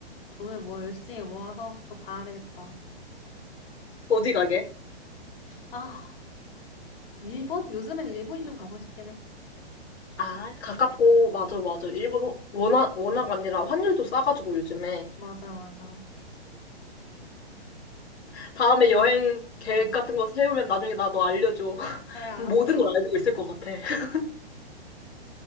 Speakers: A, on the left (about 60°); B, on the left (about 85°).
A: 돈을 뭐 열심히 모아서 또 가야 되겠다.
B: 어디 가게?
A: 아, 일본? 요즘엔 일본이 좀 가고 싶긴 해.
B: 아, 가깝고,
A: 응.
B: 맞아, 맞아.
A: 응.
B: 일본 워낙, 워낙 아니라 환율도 싸가지고 요즘에.
A: 맞아, 맞아.
B: 다음에 여행 계획
A: 응.
B: 같은 거 세우면 나중에 나도 알려줘. <laughs>
A: 그래, 알았어.
B: 모든 걸 알고 있을 것 같아. <laughs>